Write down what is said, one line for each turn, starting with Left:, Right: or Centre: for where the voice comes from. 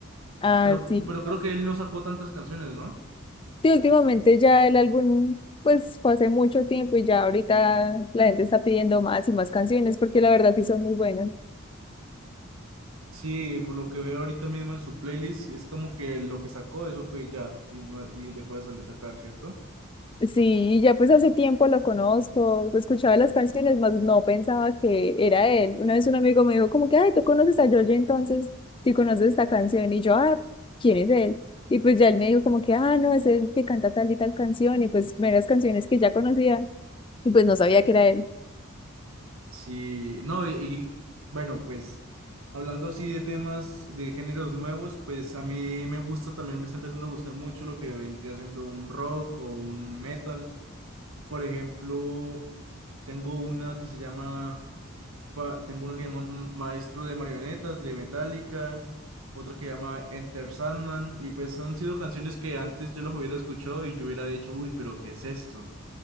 Left: Ah,
Right: Pero,
Left: sí.
Right: pero creo que él no sacó tantas canciones, ¿no?
Left: Sí, últimamente ya el álbum, pues fue hace mucho tiempo y ya ahorita la gente está pidiendo más y más canciones porque la verdad sí son muy buenas.
Right: Sí, por lo que veo ahorita mismo en su playlist, es como que lo que sacó, eso fue ya, y, no, y dejó de salir sacar, ¿cierto?
Left: Sí, y ya pues hace tiempo lo conozco, escuchaba las canciones, más no pensaba que era él. Una vez un amigo me dijo como que, ay, ¿tú conoces a George entonces? ¿Sí conoces esta canción? Y yo, ah, ¿quién es él? Y pues ya él me dijo como que, ah, no, es él que canta tal y tal canción, y pues primeras canciones que ya conocía, y pues no sabía que era él.
Right: Sí, no, y, y, bueno, pues hablando así de temas de géneros nuevos, pues a mí me gusta también, me está empezando a gustar mucho lo que vendría siendo un rock o un metal. Por ejemplo, tengo una que se llama pa- tengo uno que llama Ma- Maestro de Marionetas de Metallica, otra que llama Enter Sandman, y pues han sido canciones que antes yo las hubiera escuchado y yo hubiera dicho, uy, pero ¿qué es esto?